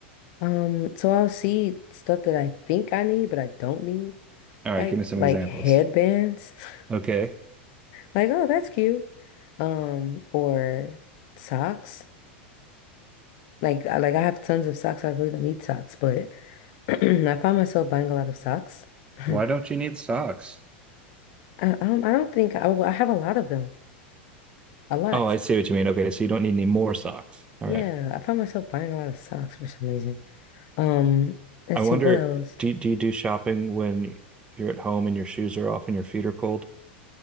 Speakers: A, on the left (about 50°); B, on the right (about 15°).
A: Um, so I'll see stuff that I think I need, but I don't need,
B: All right,
A: like
B: give me some
A: like
B: examples.
A: headbands. <laughs>
B: Okay.
A: Like, oh, that's cute. Um, or socks. Like I like I have tons of socks. I really don't need socks, but <clears throat> I find myself buying a lot of socks. <laughs> I
B: Why don't you need socks?
A: I don't, I don't think I, well, I have a lot of them. A lot.
B: Oh, I see what you mean. Okay, so you don't need any more socks. All
A: Yeah,
B: right.
A: I find myself buying a lot of socks for some reason. Um, let's
B: I wonder,
A: see what else.
B: do, do you do shopping when you're at home and your shoes are off and your feet are cold?